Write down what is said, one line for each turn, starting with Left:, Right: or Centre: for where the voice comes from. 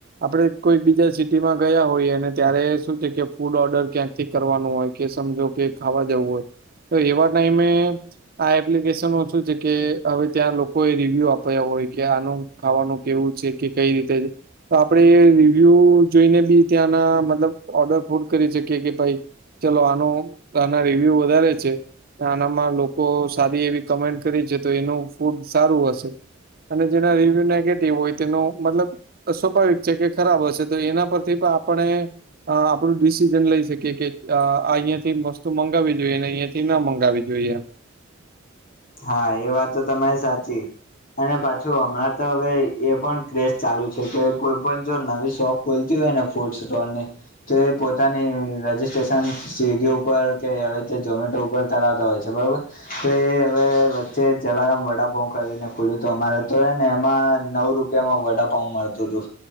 Right: આપડે કોઈ બીજા સિટીમાં ગયા હોય, એ અને ત્યારે શું છે કે, ફૂડ ઓર્ડર ક્યાંક થી. કરવાનું હોય કે, સમજો કે ખાવા જવું હોય, તો એવા ટાઈમે. આ એપ્લિકેશન શું છે કે, હવે ત્યાં લોકો એ રિવ્યુ આપ્યા હોય કે આનું. ખાવાનું કેવું છે કે, કઈ રીતે તો આપણે રિવ્યુ જોઈને બી, ત્યાંના મતલબ ઓર્ડર ફોડ કરી શકીએ કે ભાઈ. ચલો, આનો આના રિવ્યુ વધારે છે. આનામાં લોકો સારી એવી કમેન્ટ કરી છે, તો એનું ફૂડ સારું હશે. અને જેના રિવ્યુ નેગેટિવ હોય, તેનો મતલબ. સ્વાભાવિક છે કે, ખરાબ હશે તો, એના પરથી પણ આપણે અ આપડું ડિસિઝન લઈ શકીએ કે, અહિયાંયાથી વસ્તુ મંગાવવી જોઈએ, અહિયાયા થી ના મગ. કરાવવી જોઈએ‌.
Left: હા, એ વાત તો તમારી સાચી. અને પાછું હમણાં તો હવે એ પણ ક્રેઝ ચાલુ છે કે, કોઈ પણ જો નવી સોફ. ખોલતી હોય ને, ફૂડ સ્ટોલ ને, તો એ પોતાની ર સ્ટેશન સ્વિગી ઉપર કે, આવી રીતે ઝમેટો ઉપર કરાવતા હોય છે, બરોબર તો એ. હવે વચ્ચે જલારામ વડાપઉ કરીને ખુલ્યું હતું, અમારે તો એ ને એમાં નવ રૂપિયામાં વડાપઉ મળતો.